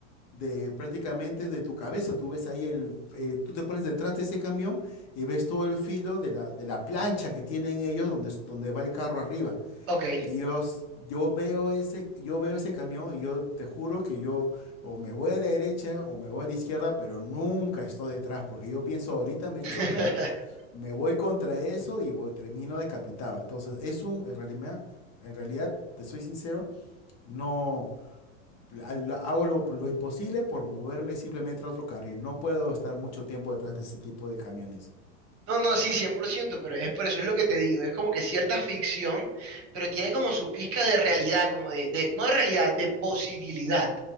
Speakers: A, on the left; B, on the right.
A: de prácticamente de tu cabeza. Tú ves ahí el, eh, tú te pones detrás de ese camión y ves todo el filo de la, de la plancha que tienen ellos donde, es- donde va el carro arriba.
B: ok.
A: Y yo, s- yo veo ese, yo veo ese camión y yo te juro que yo o me voy a la derecha o me voy a la izquierda, pero nunca estoy detrás porque yo pienso ahorita me
B: <laughs>
A: chocan me voy contra eso y voy- termino decapitado. Entonces, es un, en realidad, en realidad, te soy sincero, no al- hago lo, lo imposible por moverme simplemente a otro carril. No puedo estar mucho tiempo detrás de ese tipo de camiones.
B: No, no, sí, 100%, pero es por eso es lo que te digo, es como que cierta ficción, pero tiene como su pizca de realidad, como de, de- no de realidad, de posibilidad.